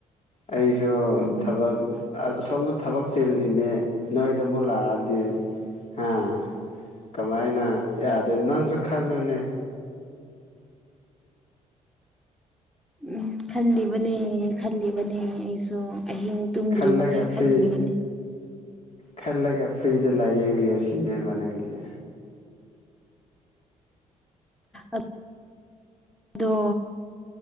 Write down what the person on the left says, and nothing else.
ꯑꯩꯁꯨ
ꯊꯕꯛ ꯑ ꯑꯁꯣꯝꯗ ꯊꯕꯛ ꯆꯤꯜꯂꯤꯅꯦ ꯅꯣꯏꯗ ꯑꯃꯨꯛ ꯂꯥꯛꯑꯗꯤ ꯍꯥꯥ ꯀꯃꯥꯏꯅ ꯌꯥꯗꯣꯏꯅꯣ ꯅꯪꯁꯨ ꯈꯜꯂꯨꯅꯦ
ꯈꯜꯂꯒ
ꯐ꯭ꯔꯤ
ꯈꯜꯂꯒ ꯐ꯭ꯔꯤꯗ ꯂꯩꯌꯦꯡꯕꯤꯌꯣ ꯁꯤꯅꯦꯕ ꯅꯪꯁꯦ